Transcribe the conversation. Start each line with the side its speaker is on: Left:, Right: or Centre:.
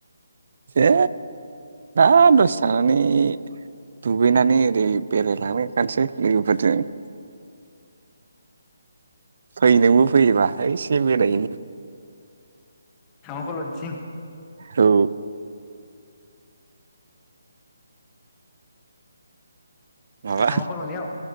Right: ए दा दसे थानानै दुगैनानै ओरै बेरायलांबायथानोसै लोगोफोरजों फै नोंबो फैयोबा एसे बेरायहैनि
Left: हमा फलनसिं
Right: औ माबा
Left: थामा कल'नियाव